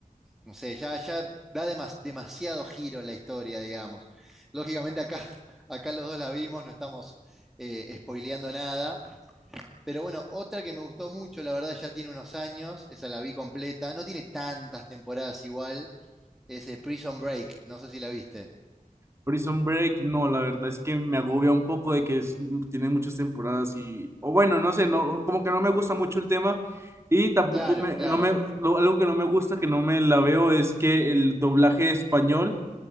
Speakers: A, in the centre; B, on the right.
A: No sé, ya, ya da demas- demasiado giro la historia, digamos. Lógicamente acá, <laughs> acá los dos la vimos, no estamos eh, spoileando nada. Pero bueno, otra que me gustó mucho, la verdad ya tiene unos años, esa la vi completa, no tiene tantas temporadas igual, es eh, Prison Break, no sé si la viste.
B: Prison Break, no, la verdad es que me agobia un poco de que es- mm, tiene muchas temporadas y, o bueno, no sé, no, como que no me gusta mucho el tema y tampoco
A: Claro,
B: me,
A: claro.
B: no me, lo- algo que no me gusta, que no me la veo, es que el doblaje español